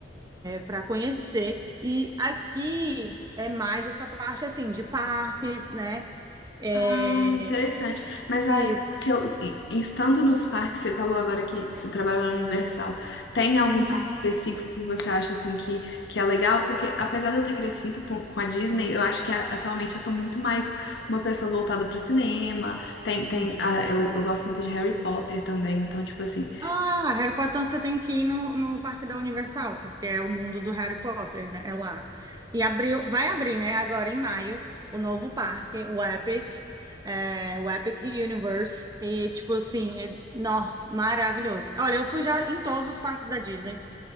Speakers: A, on the right; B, on the left.
A: para conhecer. E aqui é mais essa parte, assim, de parques, né? É,
B: Ah, interessante. Mas aí,
A: isso.
B: se eu, e- estando nos parques, você falou agora que, que você trabalhou na Universal, tem algum
A: Uhum.
B: parque específico que você acha assim que, que é legal? Porque apesar de eu ter crescido com, com a Disney, eu acho que a- atualmente eu sou muito mais uma pessoa voltada para cinema. Tem, tem,
A: uhum.
B: ah, eu, eu gosto muito de Harry Potter também, então, tipo assim,
A: Ah, Harry Potter, então você tem que ir no, no Parque da Universal, porque é o mundo do Harry Potter, né? É lá. E abriu, vai abrir, né? Agora em maio, o novo parque, o Epic, é, o Epic Universe. E, tipo assim, é, nó, maravilhoso. Olha, eu fui já em todos os parques da Disney.